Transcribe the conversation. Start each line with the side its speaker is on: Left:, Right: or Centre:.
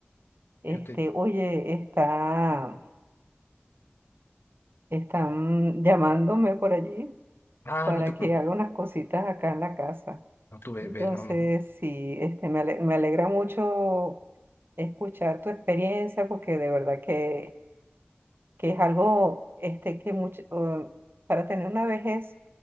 Right: Este,
Left: Fíjate,
Right: oye, está, están llamándome por allí
Left: Ah,
Right: para
Left: no te preocupes.
Right: que haga unas cositas acá en la casa.
Left: No, tú ve,
Right: Entonces,
Left: ve, no, no.
Right: sí, este, me ale- me alegra mucho escuchar tu experiencia porque de verdad que, que es algo este, que mucho, eh, para tener una vejez